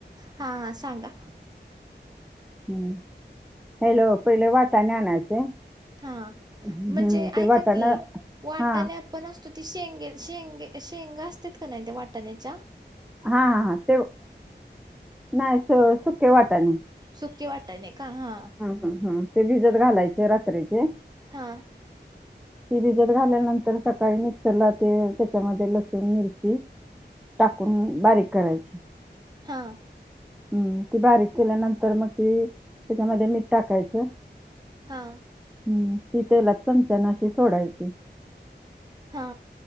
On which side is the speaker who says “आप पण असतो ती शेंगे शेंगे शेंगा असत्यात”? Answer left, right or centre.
Right